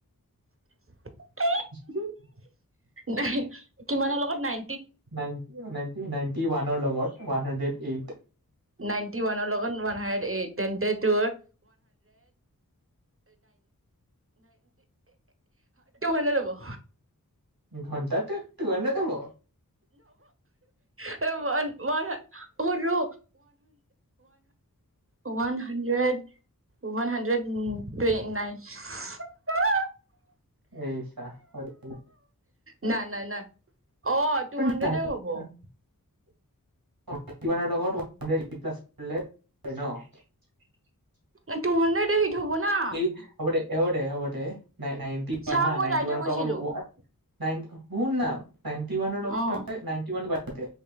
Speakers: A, on the right; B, on the right.
A: <inaudible>
B: <inaudible>
A: নাই কিমানৰ লগত নাই।।
B: নাইণ নাইণ্টি নাইণ্টি ৱানৰ লগত ৱান হান্দ্ৰেড এইথ
A: নাইনটি ৱানৰ লগত ৱান হাডড এই তে নট ট হাড হ'ব <unintelligible>
B: ঘণ্টাতে টো সান্দ্ৰেড হব।
A: ৱ ৰ ও হ ও one hundred -one hundred nine <unintelligible>
B: এইছা হয় বোলে।
A: ন - ন- ন অ টু
B: নাইনটি
A: হাণ্ড্ৰেডে হ'ব।
B: <inaudible>
A: এ'', টু সানড্ৰেড এইট হব না।
B: এইট হ'ব দে হ'ব দে হ'ব দে। নাইন্টি পৰা
A: চা
B: হা
A: মই
B: নাইন্টি
A: ৰাইটে
B: ওৱানৰ
A: কৈছিলো
B: পৰা নাইন সোণ না নাইনটি ৱানৰ লগত
A: অ'
B: তই নাইনটি ৱানটো বাদ দি।